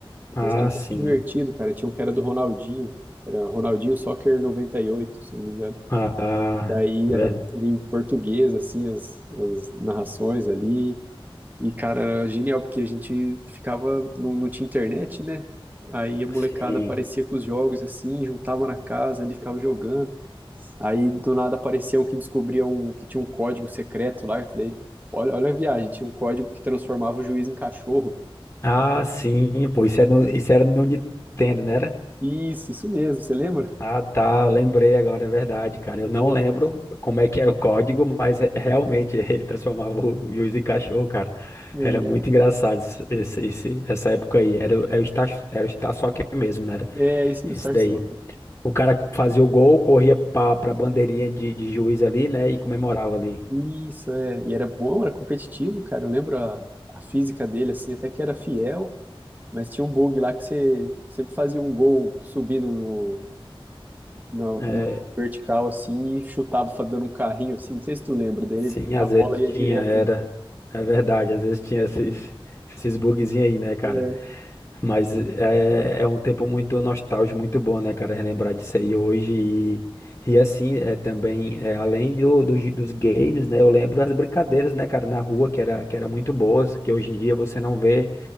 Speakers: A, on the left; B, on the right.
A: Ah,
B: Mas era muito
A: sim.
B: divertido, cara. Tinha um que era do Ronaldinho. Era Ronaldinho Soccer 98, se eu não me engano.
A: Ah, ah,
B: Daí
A: é
B: era,
A: verdade.
B: era em português, assim, as, as narrações ali. E, cara, era genial, porque a gente ficava, não, não tinha internet, né? Aí a molecada
A: Sim.
B: aparecia com os jogos, assim, juntava na casa, ele ficava jogando. Aí do nada apareciam que descobriam que tinha um código secreto lá, que daí, olha, olha a viagem, tinha um código que transformava o juiz em cachorro.
A: Ah, sim. Pô, isso era no, isso era no Nintendo, né?
B: Isso, isso mesmo, você lembra?
A: Ah, tá, eu lembrei agora, é verdade, cara. Eu não
B: Nossa,
A: lembro como é que era o código, mas re- realmente <laughs> ele transformava o juiz em cachorro, cara.
B: verdade.
A: Era muito engraçado esse, esse- esse- essa época aí. Era, o- era o estar, era o está só aqui mesmo, né? Era
B: É isso, o
A: esse
B: start
A: daí.
B: Soccer.
A: O cara fazia o gol, corria pra, pra bandeirinha de, de juiz ali, né? E comemorava ali.
B: Isso, é. E era bom, era competitivo, cara. Eu lembro a, a física dele, assim, até que era fiel, mas tinha um bug lá que você sempre fazia um gol subindo no, no,
A: É,
B: no vertical, assim, e chutava fa- dando um carrinho, assim. Não sei se tu lembra dele,
A: sim, às
B: a bola
A: vezes
B: ia
A: tinha,
B: direto
A: era.
B: no.
A: É verdade, às vezes tinha esses, esses bugzinhos aí, né, cara?
B: É,
A: Mas é, é um tempo muito nostálgico, muito bom, né, cara, relembrar disso aí hoje. E, e assim, é também, é, além do, do- dos games, né, eu lembro das brincadeiras, né, cara, na rua, que era, que era muito boas, que hoje em dia você não vê,